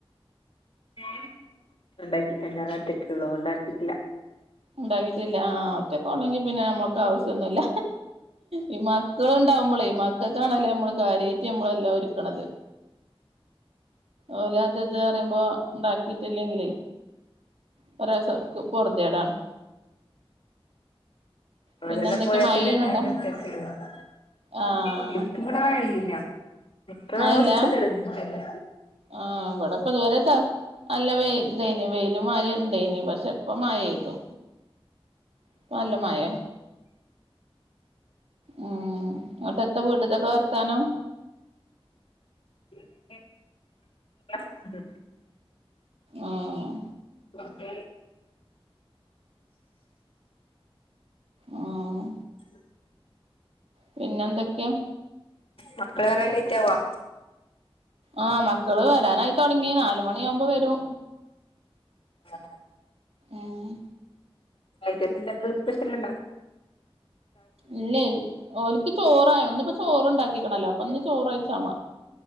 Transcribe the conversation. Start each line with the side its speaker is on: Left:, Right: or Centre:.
Left: ഏഹ് ഇണ്ടാക്കിട്ടില്ല ഞാനൊറ്റക്ക്ള്ളതോണ്ട് ഇണ്ടാക്കിയിട്ടില്ല.
Right: ഇണ്ടാക്കിട്ടില്ല ആ ഒറ്റൊക്കൊള്ളൊങ്കി പിന്നെ ഞമ്മക്കാവശ്യന്നുല്ല. ഈ മക്കള്ണ്ടാവുമ്പള് മക്കൾക്കാണല്ലോ ഞമ്മള് കാര്യായിട്ട് നമ്മളെല്ലാം ഒരുക്ക്‌ണത്. ഓല് അത് ഇത് പറയുമ്പോ ഇണ്ടാക്കിട്ടില്ലെങ്കിലേ കൊറേസോ ഒൽക്ക് പൊർദിയേടാണ്.
Left: അവരെെല്ലാം
Right: പിന്നെ എന്തൊക്കെ
Left: പോയാ
Right: മഴെയ്യ്ണണ്ടോ
Left: പിന്നെ ഞാനൊറ്റക്കല്ലേള്ളൂ.
Right: ആഹ്
Left: ഇനിക്ക്ബടെ കഴിയില്ല. ഇപ്പൊ
Right: മഴല്ല
Left: ഞാൻ കൊറച് തെരക്കിലാ
Right: ആഹ് ഇബടെപ്പോ ഇതുവരെ ട്ടാ നല്ല വെയിൽ ദൈനു വെയിലും മഴയും ഉണ്ടൈനി. പക്ഷെ, ഇപ്പൊ മഴെയേ്തു. ഇപ്പൊ നല്ല മയെ ഉം, ഇങ്ങട്ട് എത്ത വീട്ടിത്തൊക്കെ വർത്താനം?
Left: വൈകിട്ട് <unintelligible>
Right: ആഹ് ആഹ്
Left: ഒക്കെ
Right: ആഹ്.
Left: ഉം.
Right: പിന്നെ എന്തൊക്കെ?
Left: മക്കള് വരാൻ ലേറ്റാവോ?
Right: ആഹ് മക്കള് വരാനായിതൊടങ്ങി നാല്മണിയാവുമ്പോ വരും.
Left: ആഹ്
Right: ഏഹ്
Left: വൈകിട്ടന്തെങ്കിലും സ്പെഷ്യലുണ്ടോ?
Right: ഇല്ലേയ്, ഓൽക്ക് ചോറായ ഇന്ന്പ്പോ ചോറുണ്ടാക്കിക്ക്‌ണല്ലോ അപ്പൊന്ന് ചോറൈച്ചാ മാ